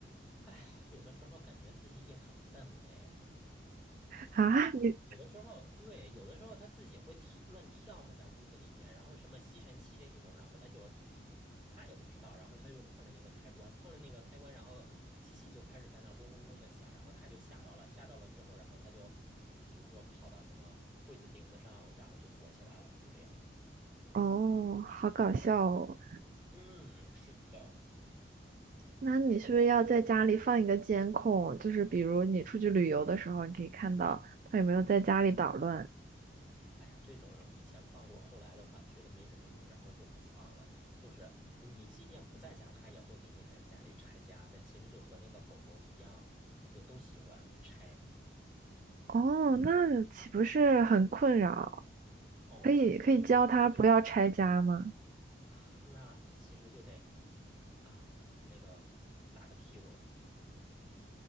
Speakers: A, in the centre; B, on the right (about 45°).
A: 哎呀，有的时候感觉自己也很笨嘞。
B: <laughs> 啊？
A: 他有的时候对，
B: 你
A: 有的时候他自己会跳乱跳嘛，在屋子里边，然后什么吸尘器这一种，然后他就他也不知道，然后他又碰了那个开关，碰了那个开关，然后机器就开始在那儿嗡嗡嗡的响，然后他就吓到了，吓到了之后，然后他就比如说跑到什么柜子顶子上，然后就躲起来了，就这样。
B: 哦，好搞笑哦。
A: 嗯，是的。
B: 那你是不是要在家里放一个监控？就是比如你出去旅游的时候，你可以看到它有没有在家里捣乱。
A: 哎呀，这种以前放过，后来的话觉得没什么用，然后就不放了。就是你即便不在家，它也会给你在家里拆家的。其实就和那个狗狗一样，就都喜欢拆。
B: 哦，那岂不是很困扰？
A: 哦，
B: 可以可以教它不要拆家吗？
A: 有的时候确实挺难的啊。那其实就得啊，那个打它屁股了。